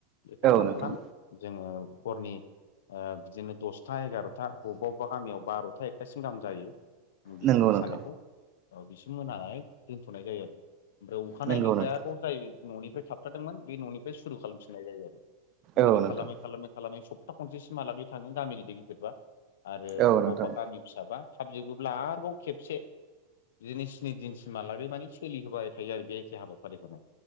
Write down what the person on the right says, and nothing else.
नोंथां
नंगौ
नोंथां
नंगौ नोंथां
औ नोंथां
औ
नोंथां